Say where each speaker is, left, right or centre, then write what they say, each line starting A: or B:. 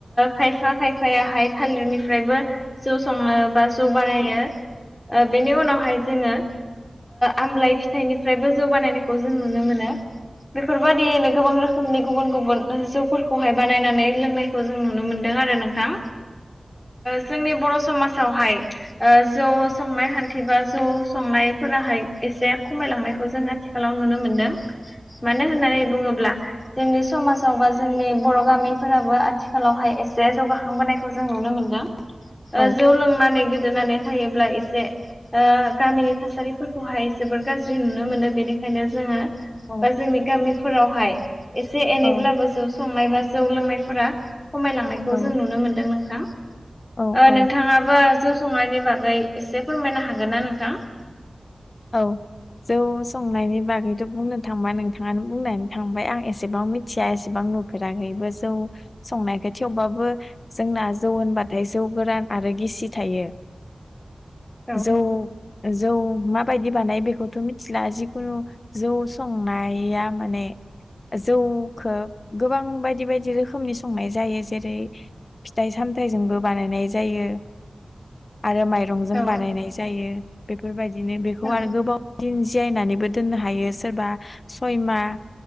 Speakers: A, on the left; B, on the left.
A: खायफा खायफायाहाय थालिरनिफ्रायबो जौ सङो बा जौ बानायो बेनि उनावहाय जोङो आमलाय फिथाइनिफ्रायबो जौ बानायनायखौ जों नुनो मोनो बेफोरबायदियैनो गोबां रोखोम रोखोमनि गुबुन गुबुन जौफोरखौहाय बानायनानै लोंनायखौ जों नुनो मोनदों आरो नोंथां जोंनि बर' समाजावहाय जौ संनाय खान्थि बा जौ संनायफोराहाय एसे खमायलांनायखौ जोङो आथिखालाव नुनो मोनदों मानो होननानै बुङोब्ला जोंनि समाजाव बा जोंनि बर' गामिफोराबो आथिखालावहाय एसे जौगाखांबोनायखौ जों नुनो मोनदों
B: औ
A: ओ जौ लोंनानै गोदोनानै थायोब्ला एसे गामिनि थासारिफोरखौहाय जोबोर गाज्रि नुनो मोनो बेनिखायनो जोङो
B: औ
A: बा जोंनि गामिफोरावहाय एसे एनैब्लाबो
B: औ
A: जौ संनाय बा जौ लोंनायफोरा खमायलांनायखौ
B: औ
A: जों नुनो मोनदों नोंथां
B: औ औ
A: नों नोंथाङाबो जौ संनायनि बागै एसे फोरमायनो हागोन ना नोंथां
B: औ जौ संनायनि बागैथ' बुंनो थांबा नोंथाङानो बुंनानै थांबाय आं एसेबां मि थिया एसेबां नुफेराखैबो जौ संनायखौ थेवबाबो जोंना जौ होनबाथाय जौ गोरान आरो गिसि थायो
A: औ
B: जौ जौ मा बायदि बानाय बेखौथ' मिथिला जिखुनु जौ संनाया माने जौखौ गोबां बायदि बायदि रोखोमनि संनाय जायो जेरै फिथाइ सामथाइजोंबो बानायनाय जायो। आरो माइरंजों
A: औ
B: बानायनाय जायो। बेफोरबायदिनो बेखौ
A: औ
B: आरो गोबाव दिन जिरायनानैबो दोननो हायो सोरबा सयमा